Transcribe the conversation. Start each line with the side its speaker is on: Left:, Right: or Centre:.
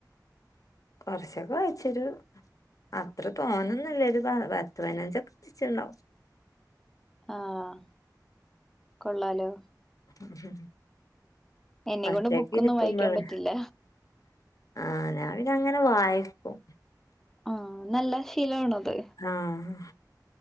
Left: കൊർച്ചൊക്കെ വായ്ച്ചിരു അത്ര തോന്നൊന്നുല്യരു പത്ത് പയ്നഞ്ചൊക്കെ വായ്ച്ചുണ്ടാവും
Centre: ആഹ് കൊള്ളാലോ
Left: ഉം
Centre: എന്നെ
Left: ഒറ്റക്കിരിക്ക്മ്പള്
Centre: കൊണ്ട് ബുക്കൊന്നും വായിക്കാൻ പറ്റില്ല
Left: ആഹ് ഞാന് പിന്നഅങ്ങനെ വായിക്കും
Centre: ആഹ് നല്ല ശീലമാണത്
Left: ആഹ്